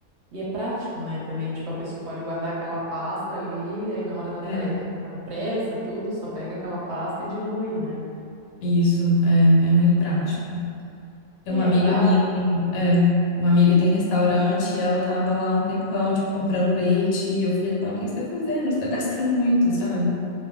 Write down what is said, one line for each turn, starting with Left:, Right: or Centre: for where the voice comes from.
Right: E é prático, né, também, tipo, a pessoa pode guardar aquela pasta ali, aí na hora da
Left: É,
Right: pre... tá com pressa, tudo, só pega aquela pasta e dilui, né?
Left: isso, é, é muito prático. Tem
Right: É,
Left: uma amiga
Right: pra...
Left: minha que tem, é, uma amiga tem restaurante e ela tava lá um tempão, tipo, comprando leite, e eu falei com ela, o que que você tá fazendo? Você tá gastando muito, sabe?